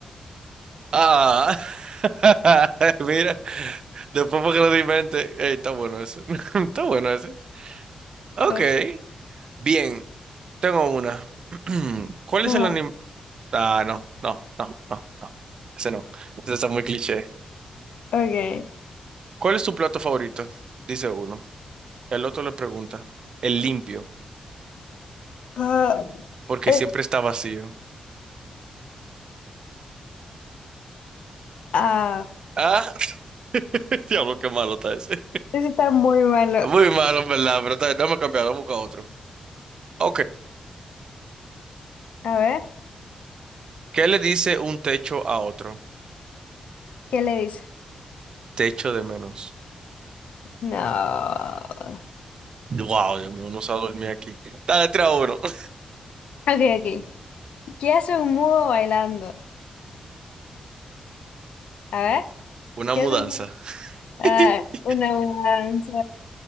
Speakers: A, on the right; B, on the left.
A: Ah, <laughs> mira, después porque lo di en mente. Ey, está bueno ese. <laughs> Está bueno ese. Ok,
B: Esto.
A: bien, tengo una. <clears throat> ¿Cuál
B: Ajá,
A: es el anime? Ah, no, no, no, no, no. Ese no. Ese está muy cliché.
B: ok.
A: ¿Cuál es tu plato favorito? Dice uno. El otro le pregunta. El limpio,
B: Ah,
A: porque
B: es-
A: siempre está vacío.
B: ah,
A: Ah, <laughs> Diablo, qué malo está ese.
B: ese está muy malo.
A: Muy malo, en verdad, pero está, bien, déjame cambiar, vamos a buscar otro. Ok.
B: A ver,
A: ¿Qué le dice un techo a otro?
B: ¿qué le dice?
A: Techo de menos.
B: No. Ok,
A: Wow, Dios mío, uno se va a dormir aquí. Está tres uno. <laughs>
B: ok. ¿Qué hace un mudo bailando? A ver.
A: Una
B: ¿Qué
A: mudanza.
B: es una, ah,
A: <laughs>
B: una mudanza?